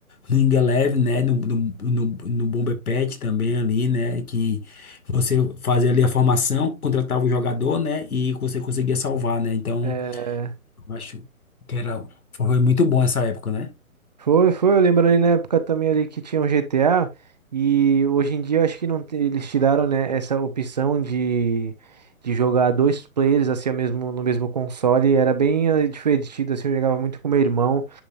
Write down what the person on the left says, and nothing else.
no Ingeleve, né? No, no, no, no Bomber Patch também ali, né? Que você fazia ali a formação, contratava o jogador, né? E você conseguia salvar, né? Então,
eu acho que era, foi muito bom essa época, né?